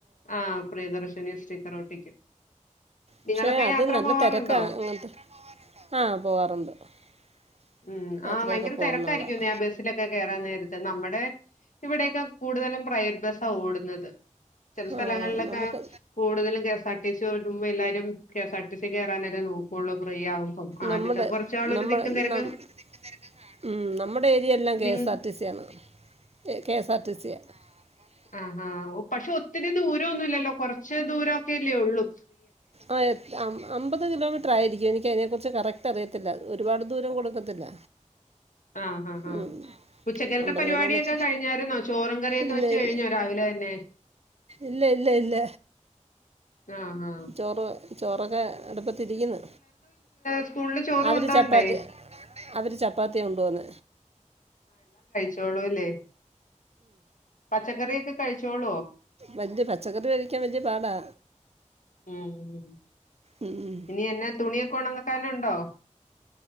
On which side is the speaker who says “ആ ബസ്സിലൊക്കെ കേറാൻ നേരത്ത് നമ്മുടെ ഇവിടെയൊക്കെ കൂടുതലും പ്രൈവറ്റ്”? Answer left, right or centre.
Left